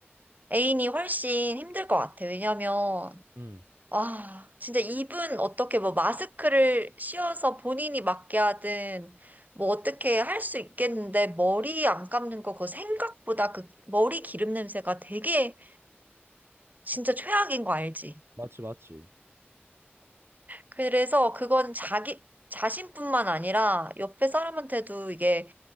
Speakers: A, on the right; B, on the right.
A: 애인이 훨씬 힘들 것 같아. 왜냐면,
B: 음,
A: 아, 진짜 입은 어떻게 뭐 마스크를 씌워서 본인이 맞게 하든, 뭐 어떻게 할 수 있겠는데, 머리 안 감는 거, 그거 생각보다 그 머리 기름 냄새가 되게 진짜 최악인 거 알지?
B: 맞지, 맞지.
A: 그래서 그건 자기, 자신뿐만 아니라 옆에 사람한테도 이게